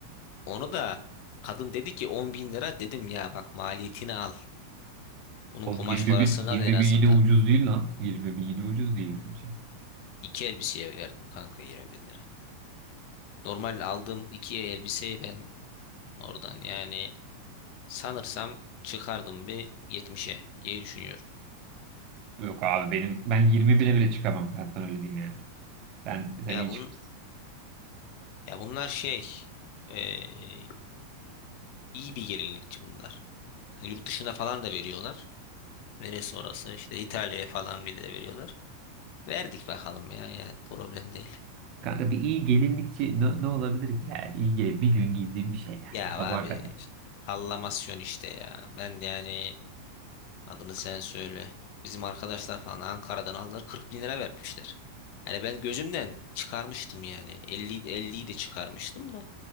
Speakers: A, on the left; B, on the right.
A: Onu da kadın dedi ki 10 bin lira dedim ya bak maliyetini al. Bunun
B: Oğlum
A: kumaş
B: 20
A: parasını
B: bin, 20
A: al en azından.
B: bin yine ucuz değil lan. 20 bin yine ucuz değil bence.
A: İki elbiseye verdim kanka 20 bin lira. Normal aldığım iki elbiseyi ben oradan yani sanırsam çıkardım bir yetmişe. diye düşünüyorum.
B: Yok abi benim ben 20 bile bile çıkamam. Ben sana öyle diyeyim yani. Ben sen
A: Ya
B: iyi
A: bunun
B: çıkmışsın.
A: ya bunlar şey eee, iyi bir gelinlikçi bunlar. Hani yurt dışına falan da veriyorlar. Neresi orası işte İtalya'ya falan bile de veriyorlar. Verdik bakalım ya yani problem değil.
B: Kanka bir iyi gelinlikçi ne, ne olabilir ki yani iyi gel bir gün giydiğim bir şey yani
A: Ya
B: sabaha
A: abi
B: kadar.
A: sallamasyon işte ya. Ben de yani Adını sen söyle. Bizim arkadaşlar falan Ankara'dan aldılar 40 bin lira vermişler. Hani ben gözümden çıkarmıştım yani. elli elliyi de çıkarmıştım da.